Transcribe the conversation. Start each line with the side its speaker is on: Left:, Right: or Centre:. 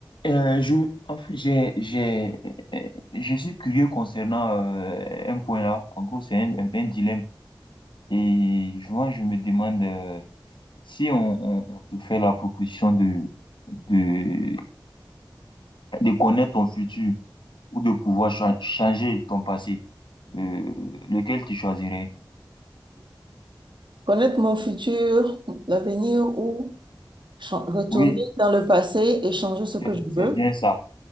Left: Euh, je, en fait, j'ai, j'ai, euh, je suis curieux concernant euh, un point là. En gros, c'est un, un, un dilemme. Et je vois, je me demande euh, si on, on, on te fait la proposition de, de, de connaître ton futur ou de pouvoir cha- changer ton passé, euh, lequel tu choisirais?
Right: Connaître mon futur, l'avenir ou chan- retourner
Left: Oui,
Right: dans le passé et changer ce
Left: c'est
Right: que je
Left: c'est
Right: veux.
Left: bien ça.